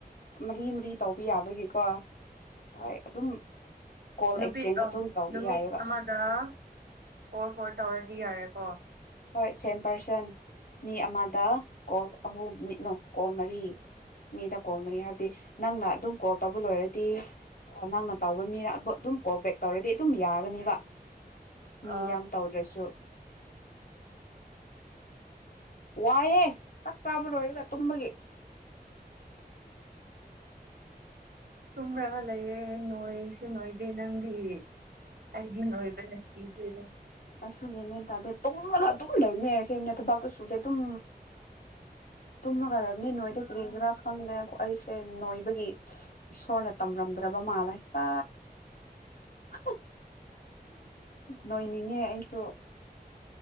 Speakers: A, on the left; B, on the right.
A: ꯃꯔꯤ ꯃꯔꯤ ꯇꯧꯕ ꯌꯥꯕꯒꯤꯀꯣ ꯍꯣꯏ ꯑꯗꯨꯝ ꯀꯣꯜ
B: ꯅꯨꯄꯤꯠ
A: ꯑꯦꯛꯆꯦꯟꯖ
B: ꯑ
A: ꯑꯗꯨꯝ ꯇꯧꯕ
B: ꯅꯨꯃꯤꯠ
A: ꯌꯥꯏꯑꯕ
B: ꯑꯃꯗ ꯐꯣꯔ ꯐꯣꯔ ꯇꯧꯔꯗꯤ ꯌꯥꯔꯦ ꯑ
A: ꯍꯣꯏ ꯁꯦꯝ ꯄꯔꯁꯟ ꯃꯤ ꯑꯃꯗ ꯀꯣꯛꯜ ꯑꯍꯨꯝ ꯃꯤꯠꯅꯣ ꯀꯣꯜ ꯃꯔꯤ ꯃꯤꯗ ꯀꯣꯜ ꯃꯔꯤ ꯍꯥꯏꯕꯗꯤ ꯅꯪꯅ ꯑꯗꯨꯝ ꯀꯣꯜ ꯇꯧꯕ ꯂꯣꯏꯔꯗꯤ ꯅꯪꯅ ꯇꯧꯕ ꯃꯤꯅ ꯑꯗꯨꯝ ꯀꯣꯜ ꯕꯦꯛ ꯇꯧꯔꯗꯤ ꯑꯗꯨꯝ ꯌꯥꯒꯅꯤꯕ
B: ꯑ
A: ꯃꯤ ꯌꯥꯝ ꯇꯧꯗ꯭ꯔꯁꯨ ꯋꯥꯏꯍꯦ ꯆꯥꯛ ꯆꯥꯕ ꯂꯣꯏꯔꯒ ꯇꯨꯝꯕꯒꯤ
B: ꯇꯨꯝꯔꯒ ꯂꯩꯌꯦꯦ ꯅꯣꯏꯁꯨ ꯅꯣꯏꯗꯦ ꯅꯪꯗꯤ ꯑꯩꯗꯤ ꯅ ꯑꯣꯏꯕꯅ ꯁꯤꯗꯣꯏꯔꯦ
A: ꯑꯩ ꯁꯨꯅꯦꯦ ꯃꯦꯟ ꯇꯥꯗꯦ ꯇꯨꯝꯃꯒ ꯇꯨꯝꯃ ꯂꯩꯕꯅꯦꯁꯦꯅꯦ ꯊꯕꯥꯛꯇꯨ ꯁꯨꯔꯦ ꯑꯗꯨꯨꯝ ꯇꯨꯝꯃꯒ ꯂꯩꯕꯅꯤ ꯅꯣꯏꯗ ꯀꯔꯤꯗꯔꯥ ꯈꯪꯗꯦ ꯑꯩꯁꯦ ꯅꯣꯏꯕꯒꯤ ꯏꯁꯣꯔꯅ ꯇꯝꯂꯝꯝꯗ꯭ꯔꯕ ꯃꯥꯜꯂꯦ ꯆ ꯍ ꯅꯣꯏꯅꯤꯡꯉꯦ ꯑꯩꯁꯨ